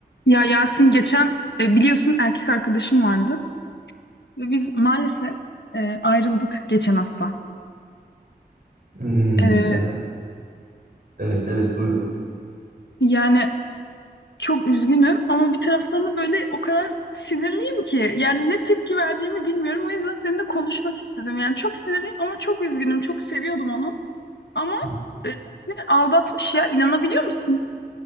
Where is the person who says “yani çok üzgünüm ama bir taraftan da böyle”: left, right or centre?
Left